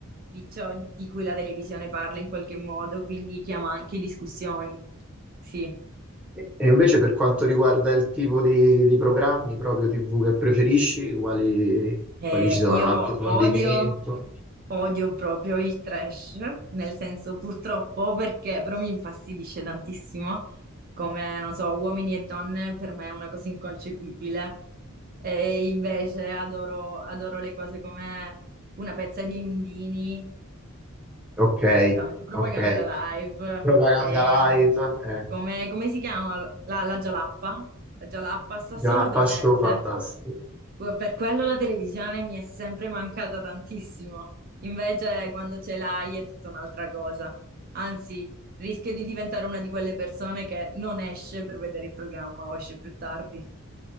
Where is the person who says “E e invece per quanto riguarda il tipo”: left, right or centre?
Centre